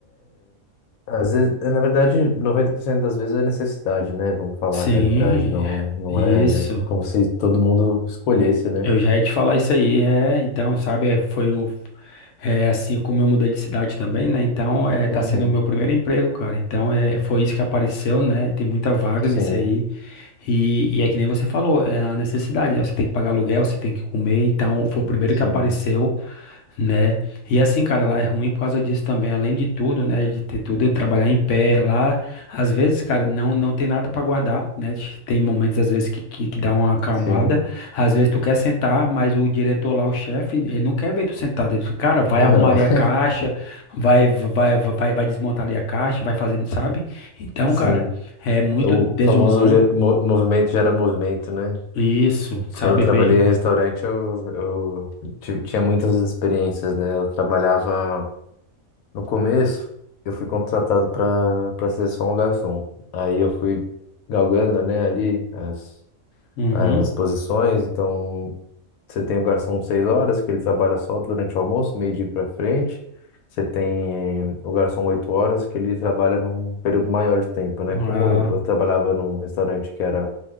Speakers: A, on the left (about 85°); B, on the left (about 65°).
A: às vezes, eh, na verdade, 90% das vezes é necessidade, né? Vamos falar
B: sim,
A: a realidade. Não,
B: é-
A: não
B: isso.
A: é como se todo mundo escolhesse, né?
B: Eu já ia te falar isso aí, é, então, sabe, é, foi o, é, assim, como eu mudei de cidade também, né, então, é, tá
A: Uhum.
B: sendo o meu primeiro emprego, cara, então, é, foi isso que apareceu, né, tem muita vaga
A: Sim,
B: nisso aí, e, e é que nem você falou, é a necessidade, né, você tem que pagar aluguel, você tem que comer, então, foi o primeiro
A: sim,
B: que apareceu, Né? E assim, cara, lá é ruim por causa disso também, além de tudo, né, de ter tudo, de trabalhar em pé lá, às vezes, cara, não não tem nada para guardar, né? Tem momentos às vezes que, que, que dá uma acalmada,
A: sim.
B: às vezes tu quer sentar, mas o diretor lá, o chefe, ele não quer ver tu sentado, ele, cara, vai
A: Não,
B: arrumar ali a
A: <laughs>
B: caixa, vai vai vai vai desmontar ali a caixa, vai fazendo, sabe? Então,
A: sim.
B: cara, é muito
A: É O
B: desumano.
A: famoso ge- mo- movimento gera movimento, né?
B: Isso, sabe
A: Quando eu trabalhei
B: bem.
A: em restaurante, eu, eu ti- tinha muitas experiências, né? Eu trabalhava no começo, eu fui contratado para para ser só um garçom. Aí eu fui galgando, né, ali as
B: Uhum.
A: as posições. Então, você tem o garçom seis horas, que ele trabalha só durante o almoço, meio-dia para frente. Você tem eh, o garçom oito horas, que ele trabalha num período maior de tempo, né?
B: Ah,
A: Como eu trabalhava num restaurante que era